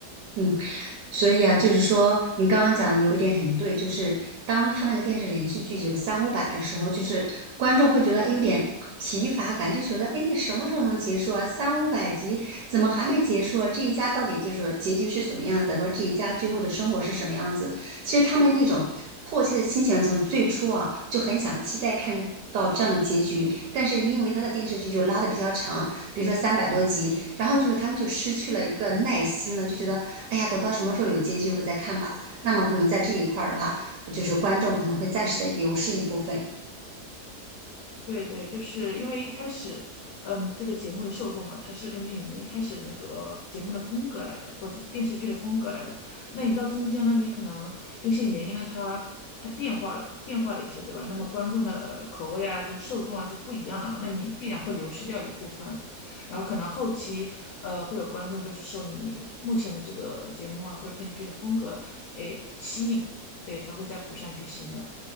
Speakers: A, on the right; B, on the left.
A: 嗯，所以啊，就是说你刚刚讲的有一点很对，就是当他那个电视连续剧有三五百的时候，就是观众会觉得哎有点疲乏感，就觉得哎你什么时候能结束啊？三五百集怎么还没结束啊？这一家到底就是说结局是怎么样子？说这一家最后的生活是什么样子？其实他们那种迫切的心情，从最初啊就很想期待看到这样的结局，但是因为他的电视剧就拉的比较长，比如说三百多集，然后就是他们就失去了一个耐心了，就觉得哎呀，等到什么时候有结局我再看吧。那么可能在这一块儿的话，就是观众可能会暂时的流失一部分，
B: 对对，就是因为一开始，嗯，这个节目的受众嘛，它是根据你们一开始的那个节目的风格来的，或者是电视剧的风格来的。那你到中间呢，你可能有些原因呢，它它变化了，变化了一些，对吧？那么观众的口味啊，就是受众啊就不一样了，那你必然会流失掉一部分。然后可能后期，呃，会有观众就是受你目前的这个节目啊或者电视剧的风格，诶，吸引，对，他会再补上一批新的。